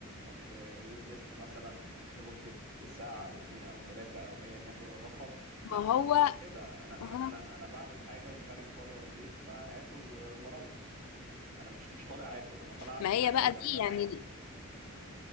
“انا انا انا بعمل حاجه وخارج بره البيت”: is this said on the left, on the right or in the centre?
Right